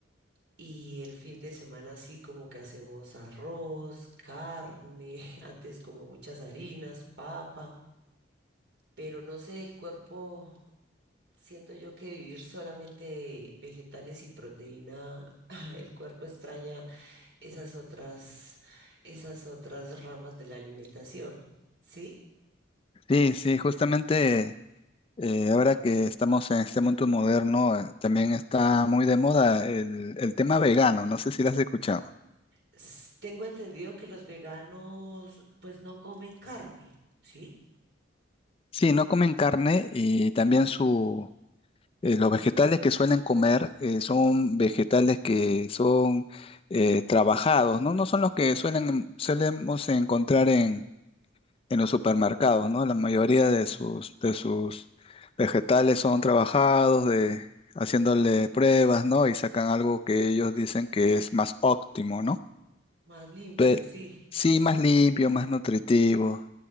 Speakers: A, on the right; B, on the left.
A: y el fin de semana sí como que hacemos arroz, carne, <laughs> antes como muchas harinas, papa, pero no sé, el cuerpo Siento yo que vivir solamente de vegetales y proteína, <laughs> el cuerpo extraña esas otras, esas otras ramas de la alimentación, ¿sí?
B: Sí, sí, justamente eh, ahora que estamos en este mundo moderno, eh, también está muy de moda el, el tema vegano, no sé si lo has escuchado.
A: S- Tengo entendido que los veganos pues no comen carne, ¿sí?
B: Sí, no comen carne y también su, Eh, los vegetales que suelen comer eh, son vegetales que son eh, trabajados, ¿no? No son los que suelen, solemos encontrar en, en los supermercados, ¿no? La mayoría de sus, de sus vegetales son trabajados, de, haciéndole pruebas, ¿no? Y sacan algo que ellos dicen que es más óptimo, ¿no?
A: Más limpio,
B: Pe-
A: sí.
B: sí, más limpio, más nutritivo,